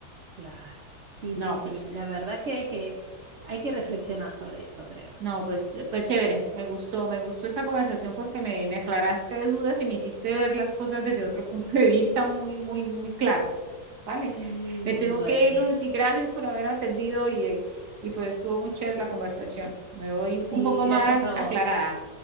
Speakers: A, on the right; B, on the right.
A: claro. Sí,
B: No,
A: sí, sí.
B: pues.
A: La verdad que hay que, hay que reflexionar sobre eso, creo.
B: No, pues, pues chévere, me gustó, me gustó esa conversación porque me, me aclaraste dudas y me hiciste ver las cosas desde otro punto de vista muy, muy, muy claro. Vale,
A: Sí,
B: me tengo
A: bueno.
B: que ir, Lucy, gracias por haber atendido y, eh, y fue, estuvo muy chévere la conversación. Me voy
A: Sí,
B: un poco
A: gracias
B: más
A: a vos.
B: aclarada.